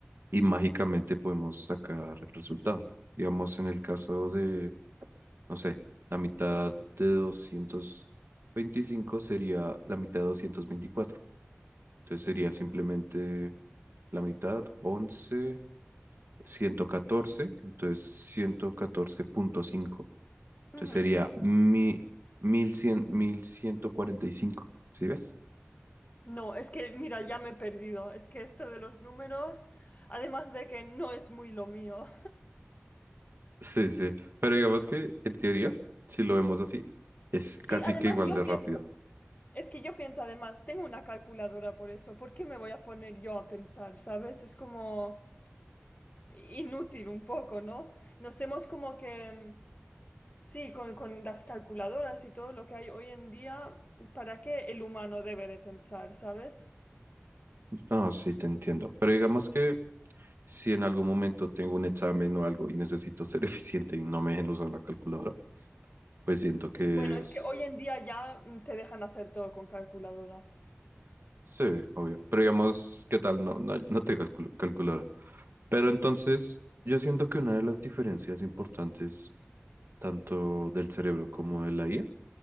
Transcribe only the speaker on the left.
Ujú.
No, es que, mira, ya me he perdido. Es que esto de los números, además de que no es muy lo mío.
Y
además
yo
pienso, es que yo pienso además, tengo una calculadora por eso, ¿por qué me voy a poner yo a pensar, sabes? Es como inútil un poco, ¿no? Nos hemos como que, sí, con, con las calculadoras y todo lo que hay hoy en día, ¿para qué el humano debe de pensar, sabes?
Bueno, es
que hoy en día ya mm, te dejan hacer todo con calculadora.